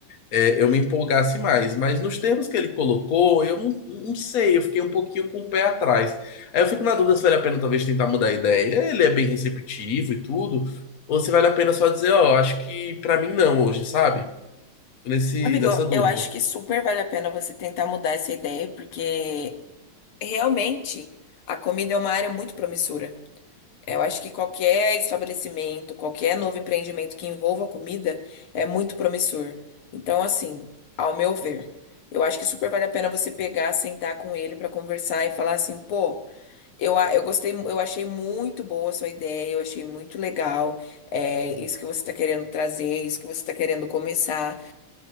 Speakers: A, on the left (about 50°); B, on the left (about 85°).
A: é, eu me empolgasse mais. Mas nos termos que ele colocou, eu não, não sei, eu fiquei um pouquinho com o pé atrás. Aí eu fico na dúvida se vale a pena talvez tentar mudar a ideia. Ele é bem receptivo e tudo, ou se vale a pena só dizer, ó, acho que pra mim não hoje, sabe? Nesse,
B: Amigo,
A: nessa dúvida.
B: eu acho que super vale a pena você tentar mudar essa ideia, porque Realmente, a comida é uma área muito promissora. Eu acho que qualquer estabelecimento, qualquer novo empreendimento que envolva comida é muito promissor. Então, assim, ao meu ver, eu acho que super vale a pena você pegar, sentar com ele para conversar e falar assim, pô, eu, a- eu gostei, eu achei muito boa a sua ideia, eu achei muito legal, é isso que você está querendo trazer, isso que você está querendo começar.